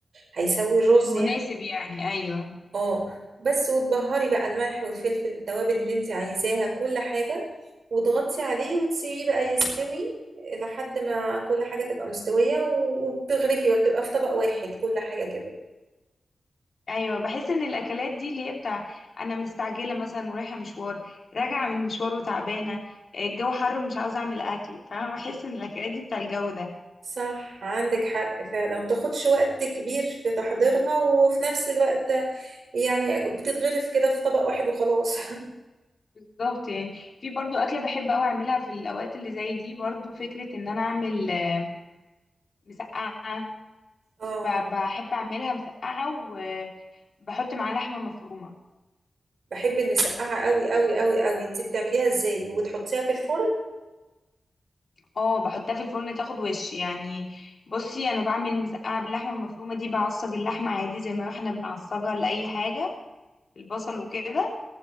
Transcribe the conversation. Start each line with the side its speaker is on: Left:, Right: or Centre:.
Right: هيسوي الرز
Left: المناسب
Right: يعني
Left: يعني ايوه
Right: اه بس وتبهري بقى الملح والفلفل التوابل اللي انت عايزاها كل حاجة وتغطي عليه وتسيبيه بقى يستوي لحد ما كل حاجة تبقى مستوية و- وبتغرفي بقى بتبقى في طبق واحد كل حاجة كده
Left: ايوه بحس ان الاكلات دي اللي هي بتاع انا مستعجله مثلا ورايحه مشوار راجعه من مشوار وتعبانه الجو حر ومش عاوزه اعمل اكل فانا بحس ان الاكلات دي بتاع الجو ده
Right: صح عندك حق فعلا ما بتاخدش وقت كبير في تحضيرها وفي نفس الوقت يعني بتتغرف كده في طبق واحد وخلاص <laughs>
Left: بالظبط يعني في برضو أكلة بحب أوي أعملها في الأوقات اللي زي دي برضو فكرة إن أنا أعمل آه، مسقعة
Right: اه
Left: ب- بحب أعملها مسقعة وبحط معاها لحمة مفرومة
Right: بحب المسقعة قوي قوي قوي قوي انت بتعمليها ازاي وبتحطيها في الفرن
Left: اه بحطها في الفرن تاخد وش يعني بصي أنا بعمل مسقعة باللحمة المفرومة دي بعصج اللحمة عادي زي ما احنا بنعصجها لأي حاجة البصل وكده